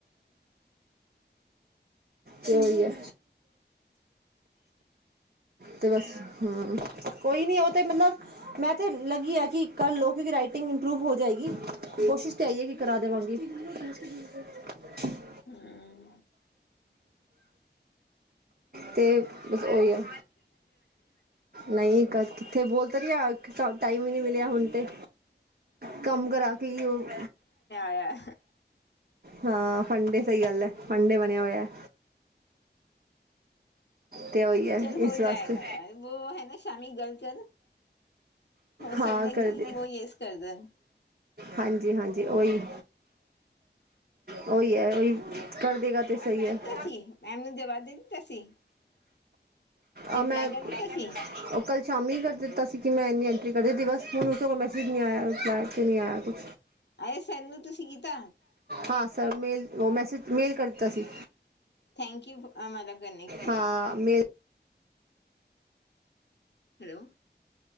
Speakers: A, on the right; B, on the left.
A: ਤੇ ਓਹੀ ਏ ਤੇ ਬਸ ਹੂੰ, ਕੋਈ ਨੀ ਓ ਤੇ ਮਲਬ ਮੈਂ ਤੇ ਲੱਗੀ ਆ ਕਿ ਕੱਰ ਲੋ। ਕਿਉਂਕਿ ਰਾਈਟਿੰਗ ਇੰਪਰੂਵ ਹੋ ਜਾਏਗੀ, ਕੋਸ਼ਿਸ਼ ਤੇ ਐਈ ਐ ਕਿ ਕਰਾ ਦੇਵਾਂਗੀ। <unintelligible> <inaudible>
B: ਹੂੰ।
A: ਤੇ ਬਸ ਓਹੀਐ। ਨਹੀਂ ਕਲ ਕਿੱਥੇ ਬੋਲ ਤਾਂ ਰਹੀ ਆ ਟਾਈਮ ਹੀ ਨਹੀ ਮਿਲਿਆ ਹੁਣ ਤੇ ਕੰਮ ਕਰਾ ਕੇ ਹੀ ਉਹ
B: ਹੈ
A: ਹਾਂ ਫੰਡੇ ਸਹੀ ਗੱਲ ਹੈ ਫੰਡੇ ਬਣਿਆ ਹੋਇਆ ਤੇ ਉਹੀ ਹੈ
B: ਚਲ
A: ਇਸ
B: ਹੋ ਜਾਏਗਾ
A: ਵਾਸਤੇ
B: ਯਾਰ ਵੋ ਹੈ ਨਾ ਸ਼ਾਮੀ ਗਲ ਕਰ ਹੋ ਸਕਦਾ
A: ਹਾਂ ਕਰਦੇ
B: ਕਿ ਉਹ ਯਸ ਕਰਦੇਣ
A: ਹਾਂਜੀ ਹਾਂਜੀ ਉਹੀ ਉਹੀ ਹੈ ਉਹੀ ਕਰ ਦੇਗਾ ਤਾਂ ਸਹੀ ਹੈ
B: ਜੀ ਮੈਂਨੂੰ ਜਵਾਬ ਦਿੰਦਾ ਸੀ ਰਿਪਲਾਈ
A: ਆ ਮੈਂ
B: ਕਰ ਦਿੱਤਾ ਸੀ।
A: ਉਹ ਕਲ ਸ਼ਾਮੀ ਹੀ ਕਰ ਦਿੱਤਾ ਸੀ ਕਿ ਮੈਂ ਇੰਨੀ ਐਂਟਰੀ ਕਰ ਦਿੱਤੀ ਬਸ ਹੁਣ ਉਸ ਤੋਂ ਕੋਲ ਮੈਸੇਜ ਨਹੀਂ ਆਇਆ ਰਿਪਲਾਏ ' ਨਹੀਂ ਆਇਆ ਕੁਛ
B: ਅਰੇ ਸਰ ਨੂੰ ਤੁਸੀਂ ਕੀਤਾ
A: ਹਾਂ ਸਰ ਮੇਲ ਉਹ ਮੈਸੇਜ ਮੇਲ ਕਰ ਦਿੱਤਾ ਸੀ
B: ਥੈਂਕ ਯੂ ਮਦਦ ਕਰਨੇ ਕੇ ਲੀਏ
A: ਹਾਂ mail
B: hello